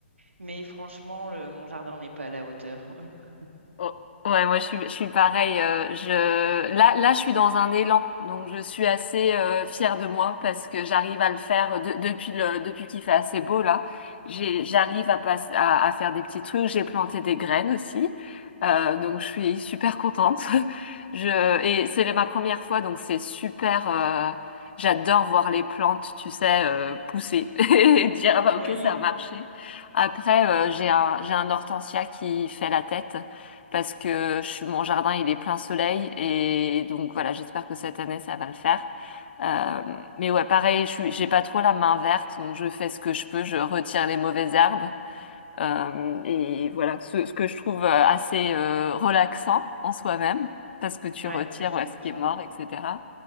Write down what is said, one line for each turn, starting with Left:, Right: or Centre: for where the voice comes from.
Right: Mais franchement, le- mon jardin n'est pas à la hauteur. <laughs>
Left: Oh, Ouais, moi je suis, je suis pareil. euh, je, là, là, je suis dans un élan, donc je suis assez euh, fière de moi parce que j'arrive à le faire de- depuis le, depuis qu'il fait assez beau là. J'ai, j'arrive à, passe- à, à faire des petits trucs. J'ai planté des graines aussi, euh, donc je suis super contente. <laughs> Je, et c'est ma première fois, donc c'est super. euh, j'adore voir les plantes, tu sais, euh, pousser <laughs> et dire ah bah
Right: Oui,
Left: ok ça a marché. Après, euh, j'ai un, j'ai un hortensia qui fait la tête parce que je, suis- mon jardin il est plein soleil et donc voilà j'espère que cette année ça va le faire. Euh, mais ouais pareil je suis j'ai pas trop la main verte donc je fais ce que je peux, je retire les mauvaises herbes euh, et voilà ce, ce que je trouve euh, assez euh, relaxant en soi-même parce que tu
Right: ouais,
Left: retires
Right: non, mais je
Left: ouais,
Right: comprends.
Left: ce qui est mort etc.